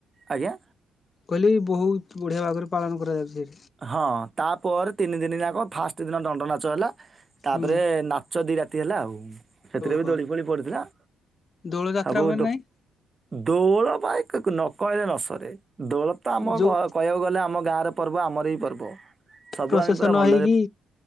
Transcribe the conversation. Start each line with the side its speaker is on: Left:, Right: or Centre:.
Right: ଆଜ୍ଞା।
Left: କହିଲି ବହୁତ ବଢିଆ ଭାବରେ ପାଳନ କରାଯାଉଛି ସେଇଠି।
Right: ହଁ ତାପରେ ତିନି ଦିନ ଯାକ ଫାଷ୍ଟ ଦିନ ଦଣ୍ଡ ନାଚ ହେଲା ତାପରେ
Left: ହୁଁ
Right: ନାଚ ଦି ରାତି ହେଲା ଆଉ ସେଥିରେ
Left: ଓହୋ
Right: ବି ଦୋଳି ଫୋଳି ପଡିଥିଲା।
Left: ଦୋଳ ଯାତ୍ରା
Right: ସବୁ
Left: ହୁଏ
Right: ଦୋ-
Left: ନାହିଁ।
Right: ଦୋଳ ପାଇଁ କ କ ନ କହିଲେ ନ ସରେ ଦୋଳ ତ ଆମ
Left: ଯୋଉ
Right: କ କହିବାକୁ ଗଲେ ଆମ ଗାଁ ର ପର୍ବ ଆମର ହି ପର୍ବ ସବୁ
Left: ପ୍ରସେସନ
Right: ଆମେ ପୁରା ଭଲରେ
Left: ହେଇକି